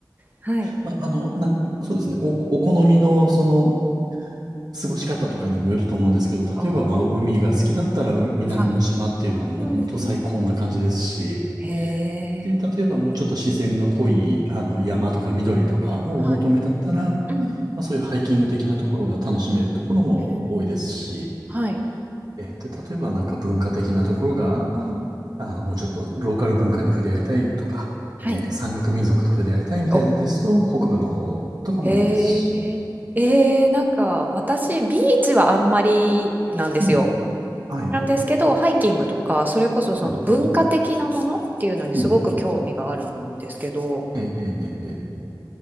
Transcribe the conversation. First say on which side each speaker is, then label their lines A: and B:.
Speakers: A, on the right; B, on the right.
A: はい。
B: まあ、あの、な、そうですね、お、お好みのその過ごし方とかにもよると思うんですけど、
A: おー。
B: 例えばまあ海が好きだったらう南の島っていうのはもう本当最高な感じですし、
A: はい。うんうんうん。へ
B: で、例えばもうちょっと自然が濃いあの山とか緑とかをお求めだったら、
A: え。はい。うん。
B: まあそういうハイキング的なところが楽しめるところも多いですし、
A: えーはい。
B: え、で、例えばなんか文化的なところが、
A: うんうん。
B: あの、もうちょっとローカル文化に触れ合いたいとか、
A: はい。
B: えー山岳民族と触れ合いたいみたいなんですと、
A: お、は
B: 北部の方とかもいいですし。
A: い。へえ。えー、なんか私ビーチはあんまりなんですよ。
B: うん。はい。
A: なんですけど、ハイキングとか、それこそその文化的なものっていうのにすごく興味があるんですけど、
B: うん、うん、うん。うん、うん、うん。ええ、ええ、ええ。ええ
A: うん。